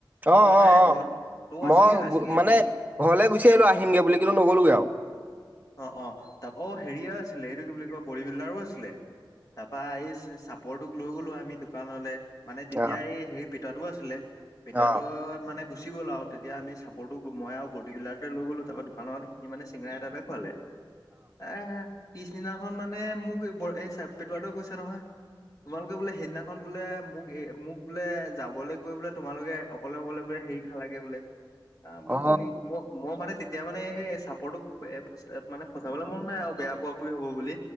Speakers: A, on the right (about 20°); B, on the left (about 45°).
A: অ
B: তই নাই
A: অ অ
B: তই তই আছিলি
A: মই অ
B: আছিলি
A: মানে
B: আছিলি
A: ঘৰলে গুচি আহিলো আহিমগে বুলি কিন্তু নগলোগে আও।
B: অ অ তাক অ। হেৰিয়েও আছিলে এইটো কি বুলি কয় বডী বিল্ডাৰো আছিলে তাপা এই চে চাপ লৈ গ'লো আমি দোকানলে মানে তেতিয়া
A: উম
B: এই হেই পেটোৱাটো আছিলে পটোৱাটো
A: অ
B: মানে গুচ গুচি গ'ল আও তেতিয়া আমি চাপৰটোক মই আও বল্ডিৰটোৱে লৈ গলো তাৰ দোকানত সি মানে চেঙৰা এটা এটা খোৱালে। এ পিছদিনাখন মানে মোক এই চে পেটোৱাটো কৈছে নহয়। তোমালোকে বোলে সেইদিনাখন বোলে মোক মোক বোলে যাবলৈ কৈ বোলে তোমালোকে অকলে অকলে বোলে সে সেই খালাগে বোলে, আ মই
A: অ
B: কৈছো নি ম ম মানে তেত এতিয়া মানে এ চাপৰটোক এ ফচা মানে ফচাবলৈ মন নাই আও বেয়া পোৱা পুই হ'ব বুলি